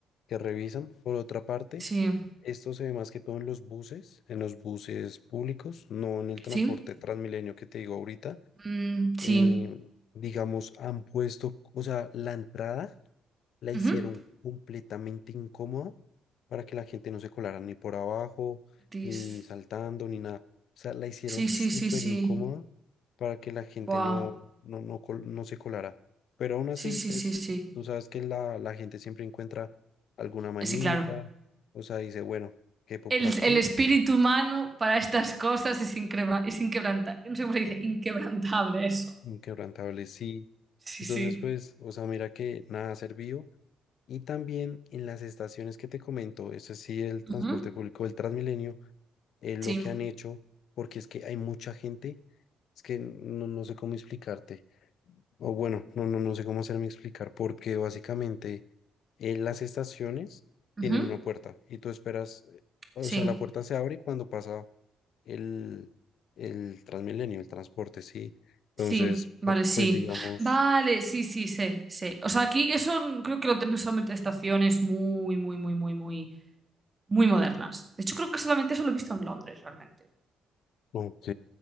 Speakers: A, on the left (about 70°); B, on the right (about 25°).
A: que revisan. Por otra parte,
B: Sí.
A: esto se ve más que todo en los buses, en los buses públicos, no en el transporte
B: Sí.
A: Transmilenio que te digo ahorita.
B: Mm, sí.
A: Eh, digamos, han puesto, o sea, la entrada la hicieron
B: Ujú.
A: completamente incómoda para que la gente no se colara ni por abajo,
B: Tis.
A: ni saltando, ni nada. O sea, la hicieron
B: Sí, sí,
A: súper
B: sí, sí.
A: incómoda para que la gente
B: Buah.
A: no, no, no, col- no se colara. Pero aún así,
B: Sí, sí,
A: pues,
B: sí, sí.
A: tú sabes que la, la gente siempre encuentra alguna mañita,
B: Eh, Sí, claro.
A: o sea, dice, bueno, quepo
B: El,
A: por aquí,
B: el espíritu humano para estas cosas es, increbra- es inquebrantable. No sé cómo se dice, inquebrantable eso.
A: inquebrantable sí.
B: Sí,
A: Entonces,
B: sí.
A: pues, o sea, mira que nada ha servido. Y también en las estaciones que te comento, es sí, el transporte
B: Ujú.
A: público, el Transmilenio, eh, lo
B: Sí.
A: que han hecho, porque es que hay mucha gente, es que no, no sé cómo explicarte, o bueno, no, no, no sé cómo hacerme explicar, porque básicamente eh, las estaciones
B: Ujú.
A: tienen una puerta y tú esperas, eh, o
B: Sí.
A: sea, la puerta se abre cuando pasa el, el Transmilenio, el transporte, sí. Entonces,
B: Sí. Vale,
A: pues,
B: sí.
A: pues digamos,
B: Vale, sí, sí, sé, sé. O sea, aquí eso creo que lo tienen solamente estaciones muy, muy, muy, muy, muy, muy modernas. De hecho, creo que solamente eso lo he visto en Londres, realmente.
A: ok,